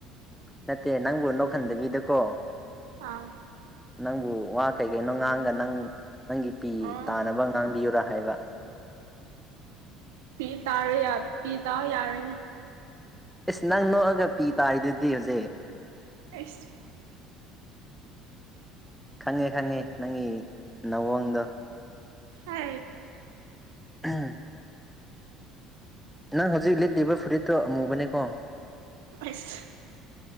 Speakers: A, in the centre; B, on the right (about 85°).
A: ꯅꯠꯇꯦ ꯅꯪꯕꯨ ꯅꯣꯛꯈꯟꯗꯕꯤꯗꯀꯣ
B: ꯑꯪ
A: ꯅꯪꯕꯨ ꯋꯥ ꯀꯩ ꯀꯩꯅꯣ ꯉꯥꯡꯒ ꯅꯪ ꯅꯪꯒꯤ ꯄꯤ
B: ꯑꯣ
A: ꯇꯥꯅꯕ ꯉꯥꯡꯕꯤꯌꯨꯔꯥ ꯍꯥꯏꯕ
B: ꯄꯤ ꯇꯥꯔꯦ ꯌꯥ ꯄꯤ ꯇꯥꯎ ꯌꯥꯔꯅꯦ
A: ꯑꯦꯁ ꯅꯪ ꯅꯣꯛꯑꯒ ꯄꯤ ꯇꯥꯔꯤꯗꯨꯗꯤ ꯍꯧꯖꯤꯛ
B: ꯑꯁ
A: ꯈꯪꯉꯦ ꯈꯪꯉꯦ ꯅꯪꯒꯤ ꯅꯋꯡꯗꯣ
B: ꯍ
A: ꯎꯝ ꯅꯪ ꯍꯧꯖꯤꯛ ꯂꯤꯠꯂꯤꯕ ꯐꯨꯔꯤꯠꯇꯣ ꯑꯃꯨꯕꯅꯦꯀꯣ
B: ꯑꯁ